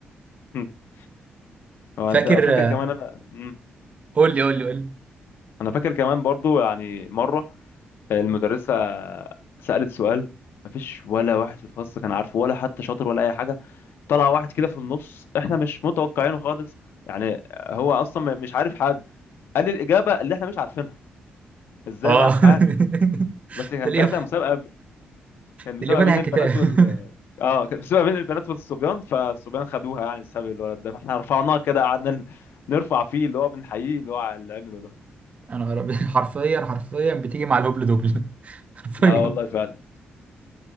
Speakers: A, on the left (about 80°); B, on the right (about 40°).
A: <laughs> هو
B: فاكر
A: انت فاكر
B: آه،
A: كمان انا مم.
B: قول لي قول لي قول لي
A: انا فاكر كمان برضو يعني مره المدرسه سالت سؤال ما فيش ولا واحد في الفصل كان عارفه ولا حتى شاطر ولا اي حاجه طلع واحد كده في النص احنا مش متوقعينه خالص يعني هو اصلا مش عارف حاجه قال لي الاجابه اللي احنا مش عارفينها ازاي
B: اه
A: بقى مش عارف
B: <laughs>
A: بس كان
B: تلاقيه
A: ساعتها مسابقه كان مسابقه
B: تلاقيه فاتح
A: بين
B: الكتاب
A: البنات
B: <laughs>
A: اه كانت بتبقى بين البنات والصبيان فالصبيان خدوها يعني بسبب الولد ده فاحنا رفعناه كده قعدنا ن- نرفع فيه اللي هو بنحييه اللي هو على اللي عمله ده
B: انا ربي حرفيا حرفيا بتيجي مع الهبل دبل <laughs> حرفيا
A: اه والله فعلا